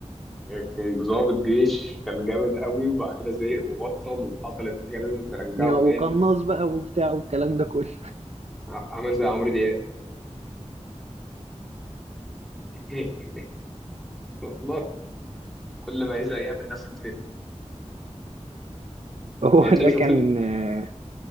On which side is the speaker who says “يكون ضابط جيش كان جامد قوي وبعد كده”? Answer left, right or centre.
Centre